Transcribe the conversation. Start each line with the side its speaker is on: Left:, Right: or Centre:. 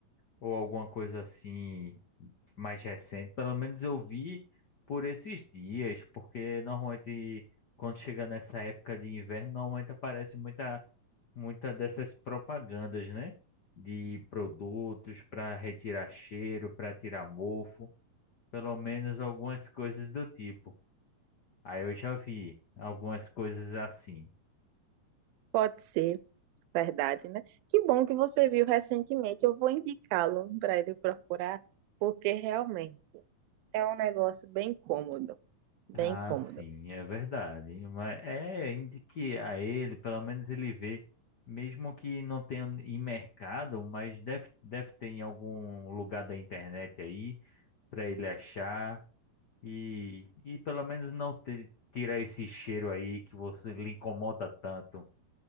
Left: ou alguma coisa assim mais recente. Pelo menos eu vi por esses dias, porque normalmente quando chega nessa época de inverno, normalmente aparece muita muita dessas propagandas, né? De produtos para retirar cheiro, para tirar mofo, pelo menos algumas coisas do tipo. Aí eu já vi algumas coisas assim.
Right: Pode ser, verdade, né? Que bom que você viu recentemente. Eu vou indicá-lo para ele procurar, porque realmente é um negócio bem cômodo, bem
Left: Ah,
Right: cômodo.
Left: sim, é verdade. Mas é, indique a ele, pelo menos ele vê, mesmo que não tenha em mercado, mas deve, deve ter em algum lugar da internet aí para ele achar. E, e pelo menos não te, tirar esse cheiro aí que você lhe incomoda tanto.